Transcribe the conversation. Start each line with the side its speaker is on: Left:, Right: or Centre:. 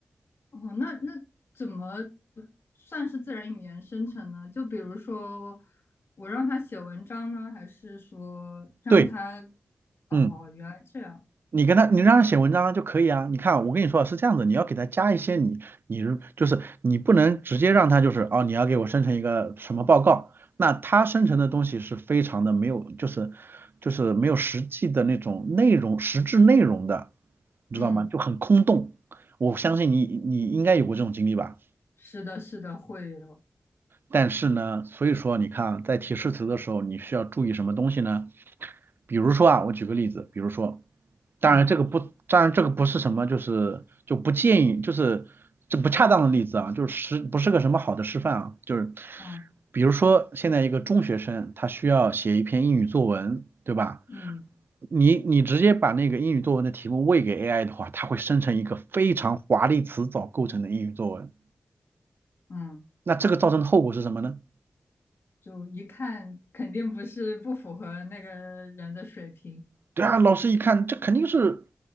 Left: 哦，那那怎么算是自然语言生成呢？就比如说我让它写文章呢，还是说让它……
Right: 对，
Left: 哦，
Right: 嗯。
Left: 原来这样，
Right: 你跟他，你让他写文章就可以啊。你看，我跟你说啊是这样子，你要给他加一些你，你就是你不能直接让他就是哦，你要给我生成一个什么报告，那他生成的东西是非常的没有，就是就是没有实际的那种内容，实质内容的，你知道吗？
Left: 嗯，
Right: 就很空洞。我相信你，你应该有过这种经历吧？
Left: 是的，是的，会有，
Right: 但是呢，所以说你看啊，在提示词的时候，你需要注意什么东西呢？比如说啊，我举个例子，比如说，当然这个不，
Left: 嗯
Right: 当然这个不是什么，就是就不建议，就是这不恰当的例子啊，就是实不是个什么好的示范啊，就是
Left: 嗯
Right: 比如说现在一个中学生，他需要写一篇英语作文，对吧？
Left: 嗯
Right: 你你直接把那个英语作文的题目喂给 AI 的话，它会生成一个非常华丽词藻构成的英语作文，
Left: 嗯，
Right: 那这个造成的后果是什么呢？
Left: 就一看肯定不是不符合那个人的水平，
Right: 对啊，老师一看这肯定是